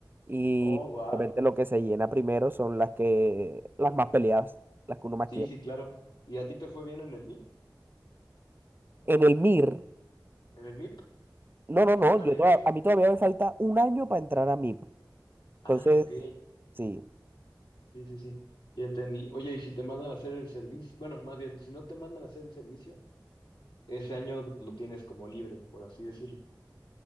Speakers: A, on the right (about 25°); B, on the left (about 85°).
A: Y
B: Oh, wow.
A: obviamente lo que se llena primero son las que, las más peleadas, las que uno más
B: Sí,
A: quiere.
B: sí, claro. ¿Y a ti te fue bien en el MIP?
A: En el MIR,
B: ¿En el MIP?
A: no, no, no,
B: Ah, en
A: yo
B: el
A: toda-
B: MIR.
A: a mí todavía me falta un año para entrar a MIP. Entonces,
B: Ah, ok.
A: sí.
B: Sí, sí, sí. Ya entendí. Oye, y si te mandan a hacer el servicio, bueno, más bien, si no te mandan a hacer el servicio, ese año lo tienes como libre, por así decirlo.